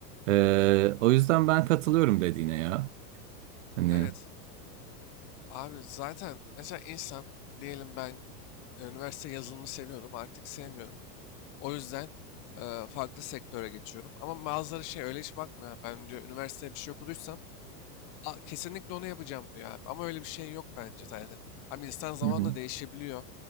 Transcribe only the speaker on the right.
Ee, o yüzden ben katılıyorum dediğine ya. Hani
Hı hı.